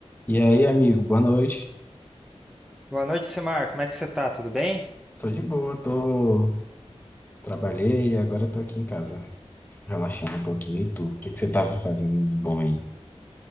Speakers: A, on the left; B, in the centre.
A: E aí, amigo, boa noite.
B: Boa noite, Simar. Como é que você tá? Tudo bem?
A: Tô de boa, tô. Trabalhei e agora tô aqui em casa, relaxando um pouquinho. E tu? O que que você tava fazendo de bom aí?